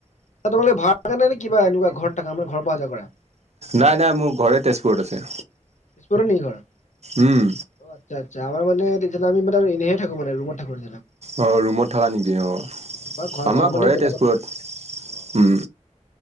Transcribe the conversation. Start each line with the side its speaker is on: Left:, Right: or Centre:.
Left: তোমালে ভাৰাত নে কিবা এনেকুৱা ঘৰ থাকা মানে ঘৰ পৰা অহা যোৱা কৰা।
Right: নাই নাই মোৰ ঘৰে তেজপুৰত আছে।
Left: তেজপুৰতে নেকি ঘৰ
Right: উম,
Left: অ আচ্ছা আ। ছা আমাৰ মে তেতিয়া আমি মানে এনেহে থাকো মান ৰুমত থাকো।
Right: অ ৰুমত থাকা নেকি অ
Left: অ' ঘৰ
Right: আমাৰ
Left: গাঁৱৰ মানে
Right: ঘৰে
Left: বেলেগত
Right: তেজপুৰত।
Left: অ' অ'
Right: উম।